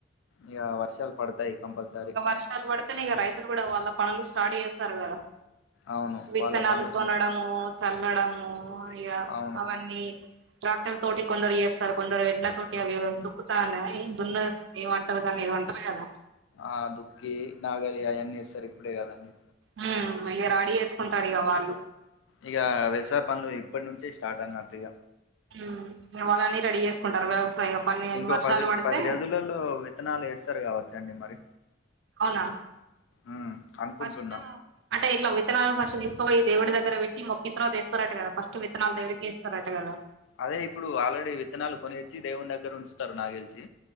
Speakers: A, on the left; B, on the right.
A: ఇక వర్షాలు పడతాయి కంపల్సరీ
B: ఇక వర్షాలు పడితేనే ఇక రైతులు కూడా వాళ్ళక్ పనులు స్టార్ట్ చేస్తారు కదా
A: అవును
B: విత్తనాలు
A: వాళ్ళ పనులు
B: కొనడము
A: స్టా
B: చల్లడము ఇక
A: అవును
B: అవన్నీ ట్రాక్టర్ తోటి కొందరు ఏస్తారు కొందరు ఎడ్ల తోటి అవి వద్దు కొత్తనాని దున్నర్ ఏమంటర్ దాని ఏదో అంటరు కదా
A: ఆ దుకి నాగలి అవన్నీ ఏస్తరు ఇప్పుడే కదండీ
B: ఆ రడీ చేసుకుంటారు ఇక వాళ్ళు
A: ఇగ వ్యవసాయ పనులు ఇప్పటి నుంచే స్టార్ట్ అన్నట్టు ఇగ
B: ఊ ఇగ వాళ్ళని రెడీ చేసుకుంటారు వ్యవసాయ పన్నయన్ని
A: ఇంకో
B: ఇగ వర్షాలు
A: పది
B: పడితే
A: పది రోజులలో విత్తనాలు వేస్తారు కావచ్చండి మరి
B: అవునా
A: ఉమ్, అనుకుంటున్నా
B: ఫస్ట్ అంటే ఇట్ల విత్తనాలు ఫస్ట్ తీస్ పోయి దేవుడు దగ్గరవేట్టి ముక్కి తర్వాత ఎస్తారట గదా ఫస్ట్ విత్తనాలు దేవుడికిఇస్తారట గదా.
A: అదే ఇప్పుడు ఆల్రెడీ విత్తనాలు కొనిచ్చి దేవుని దగ్గర ఉంచుతారు నా గ్గెలిసి.